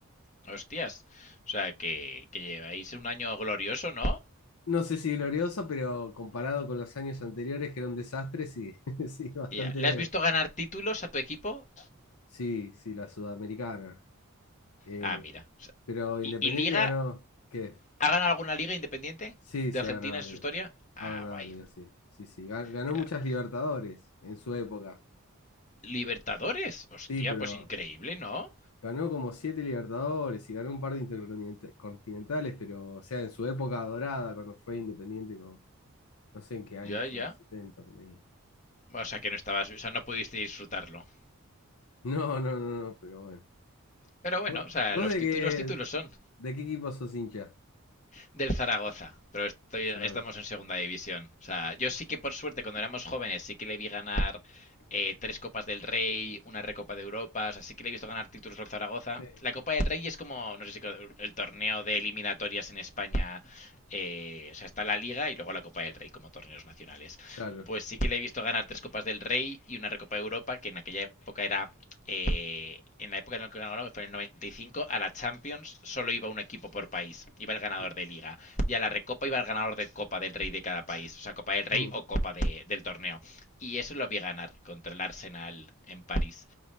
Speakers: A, on the left; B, on the left.
A: Hostias. O sea, que, que lleváis un año glorioso, ¿no?
B: No sé si glorioso, pero comparado con los años anteriores, que era un desastre, sí, <laughs> sí, bastante
A: Ya. ¿Le
B: bien.
A: has visto ganar títulos a tu equipo?
B: Sí, sí, la Sudamericana. Eh,
A: Ah, mira. O sea,
B: pero Independiente
A: ¿y, y liga?
B: ganó, ¿qué?
A: ¿Ha ganado alguna liga independiente
B: Sí,
A: de
B: sí,
A: Argentina
B: ha ganado
A: en su
B: Liga.
A: historia?
B: Ha
A: Ah,
B: ganado
A: guay.
B: Liga, sí. Sí, sí. Ga- Ganó
A: Que-
B: muchas Libertadores en su época.
A: Libertadores. Hostia,
B: Sí, pero
A: pues increíble, ¿no?
B: ganó como siete Libertadores y ganó un par de intercontinentales, pero, o sea, en su época dorada, cuando fue Independiente, con, no sé en qué año
A: Ya,
B: fue,
A: ya.
B: en los 70 por ahí.
A: O sea, que no estabas, o sea, no pudiste disfrutarlo.
B: No, no, no, no, pero bueno.
A: Pero bueno,
B: ¿Vos,
A: o sea,
B: vos
A: los
B: de
A: títulos,
B: qué,
A: títulos son.
B: de qué equipo sos hincha?
A: del Zaragoza, pero estoy,
B: de Zaragoza?
A: estamos en segunda división. O sea, yo sí que por suerte cuando éramos jóvenes sí que le vi ganar eh, tres Copas del Rey, una Recopa de Europa, o sea, sí que le he visto ganar títulos al Zaragoza.
B: Sí.
A: La Copa del Rey es como, no sé si el torneo de eliminatorias en España eh, o sea, está la Liga y luego la Copa del Rey como torneos nacionales
B: Claro.
A: pues sí que le he visto ganar tres Copas del Rey y una Recopa de Europa, que en aquella época era, eh, en la época en la que ganó, ¿no? que fue en el 95, a la Champions solo iba un equipo por país, iba el ganador
B: Mm,
A: de liga, y a la Recopa iba el ganador de Copa del Rey de cada país, o sea, Copa del Rey
B: mm,
A: o Copa de, del torneo. Y eso lo vi ganar contra el Arsenal en París.